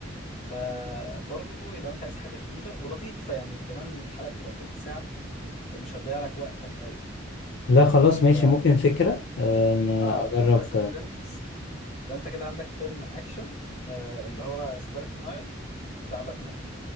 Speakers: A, on the left; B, on the left.
A: فبرضو لو انت عايز حاجه خفيفه ولطيفه يعني كمان الحلقه بتبقى تلت ساعه فمش هتضيع لك وقتك قوي
B: لا خلاص
A: ف
B: ماشي ممكن فكره آه ان
A: اه
B: اجرب
A: مسلسل فريندز يبقى انت كده عندك فيلم اكشن آه اللي هو ذا دارك نايت بتاع باتمان